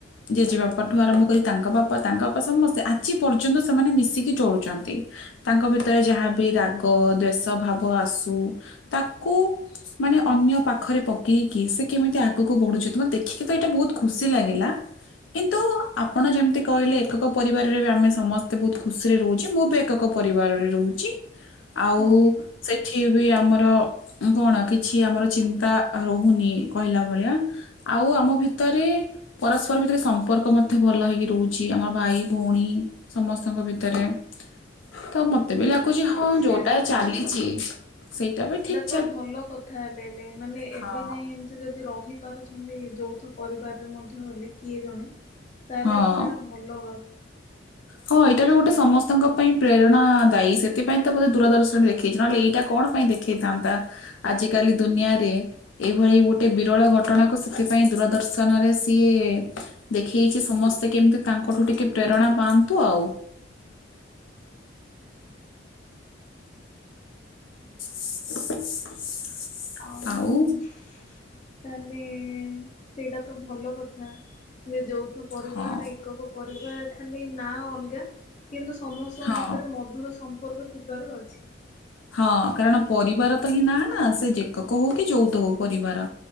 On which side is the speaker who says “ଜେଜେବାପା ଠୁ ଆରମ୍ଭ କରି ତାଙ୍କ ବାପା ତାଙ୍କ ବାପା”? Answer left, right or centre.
Left